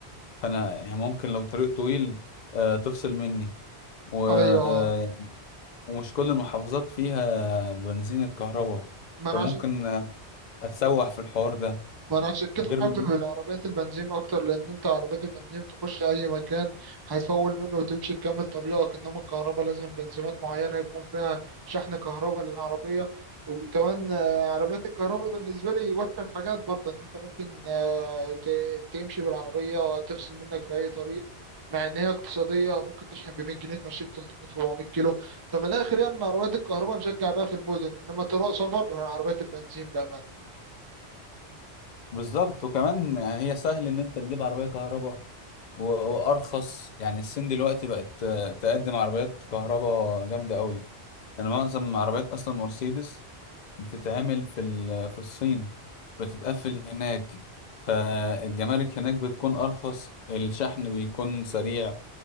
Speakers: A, on the left (about 50°); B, on the right (about 35°).
A: فأنا يعني ممكن لو طريق طويل آه، تفصل مني ويعني
B: أيوه
A: ومش كل المحافظات فيها بنزينة كهرباء
B: ما
A: فممكن
B: أنا عشان
A: اتسوح في الحوار ده
B: ما انا عشان كده
A: غير
B: حابب
A: من-
B: العربيات البنزين اكتر لان انت عربيات البنزين تخش اي مكان هتفول منه وتمشي تكمل طريقك انما الكهرباء لازم بنزينات معينه يكون فيها شحن كهرباء للعربيه وكمان آه، عربيات الكهرباء بالنسبه لي وحشه في حاجات برضه ان انت ممكن آه، ت- تمشي بالعربيه تفصل منك في اي طريق مع ان هي اقتصاديه ممكن تشحن ب 100 جنيه تمشيك 300 400 كيلو فمن الاخر يعني إن عربيات الكهرباء نشجع بقى في المدن انما طرق سفر عربيات البنزين بقى
A: بالظبط وكمان هي سهل ان انت تجيب عربية كهرباء و- وارخص يعني الصين دلوقتي بقت تقدم عربيات كهرباء جامدة قوي يعني معظم عربيات اصلا مرسيدس بتتعمل في ال- في الصين بتتقفل هناك فالجمارك هناك بتكون ارخص الشحن بيكون سريع